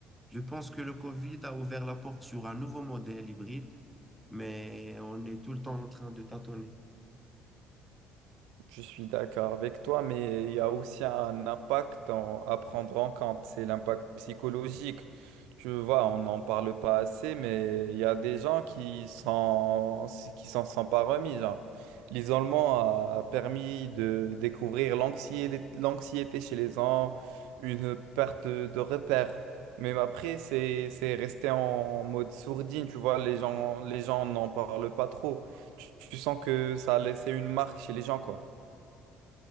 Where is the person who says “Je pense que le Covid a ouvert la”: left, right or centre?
Centre